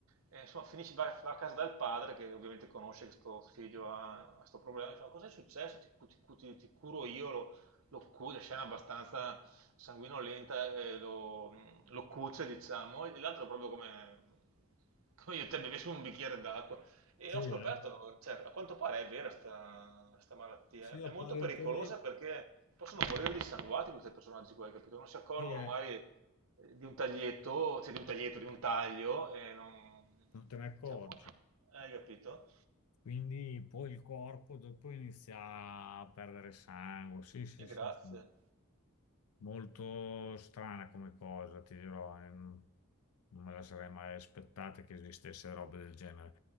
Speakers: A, on the right; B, on the left.
A: E, insomma, finisce, va, va a casa dal padre, che ovviamente conosce che sto figlio ha questo problema, e fa, cos'è successo? Ti, cu- ti cu- ti- ti curo io, lo, lo cu- la scena è abbastanza sanguinolenta, eh, lo, lo cuce, diciamo, e l'altro proprio come, come io e te bevessimo un bicchiere d'acqua. E
B: sì,
A: ho
B: eh.
A: scoperto, cioè, a quanto pare è vera questa malattia,
B: Sì, apparentemente
A: è molto pericolosa perché possono morire dissanguati questi personaggi qua, hai capito? Non si accorgono
B: sì, eh.
A: magari eh, di un taglietto, cioè di un taglietto, di un taglio, e non...
B: Non te ne accorgi.
A: cioè, mo- hai capito?
B: Quindi poi il corpo dopo inizia a perdere sangue. Sì, sì,
A: E
B: sì,
A: grazie.
B: sì. Molto strana come cosa, ti dirò, eh, non non me la sarei mai aspettata che esistesse roba del genere.